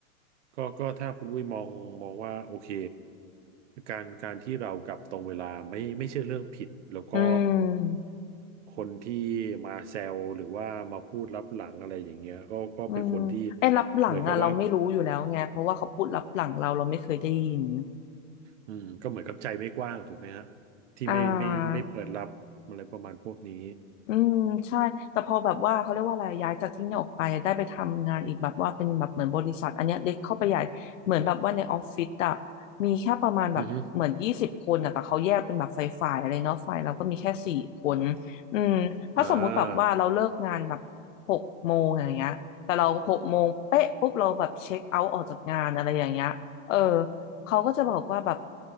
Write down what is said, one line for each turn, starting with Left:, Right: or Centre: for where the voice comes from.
Right: ก็ก็ถ้าคุณวุ้ยมองมองว่าโอเคการการที่เรากลับตรงเวลาไม่ไม่ใช่เรื่องผิดแล้วก็
Left: อืม
Right: คนที่มาแซวหรือว่ามาพูดลับหลังอะไรอย่างเงี้ยก็ก็เป็นคนที่
Left: อืมไอ้รับหลังอ่ะเราไม่รู้อยู่แล้วไงเพราะว่าเขาพูดรับหลังเราเราไม่เคยได้ยิน
Right: เหมือนกับว่าอืมก็เหมือนกับใจไม่กว้างถูกไหมฮะที่ไม่ไม่ไม่เปิดรับอะไรประมาณพวกนี้
Left: อ่า อืมใช่แต่พอแบบว่าเขาเรียกว่าอะไรย้ายจากที่นี่ออกไปได้ไปทำงานอีกแบบว่าเป็นแบบเหมือนบริษัทอันเนี้ยเล็กเข้าไปใหญ่เหมือนแบบว่าในออฟฟิศอะมีแค่ประมาณแบบเหมือนยี่สิบคนอะแต่เขาแยกเป็นแบบฝ่ายฝ่ายอะไรเนาะฝ่ายเราก็มีแค่สี่คน
Right: อือฮึ
Left: อืมถ้าสมมุติแบบว่าเราเลิกงานแบบ
Right: อ่า
Left: หกโมงอย่างเงี้ยแต่เราหกโมงเป๊ะปุ๊บเราแบบเช็คเอาท์ออกจากงานอะไรอย่างเงี้ยเออเขาก็จะบอกว่าแบบ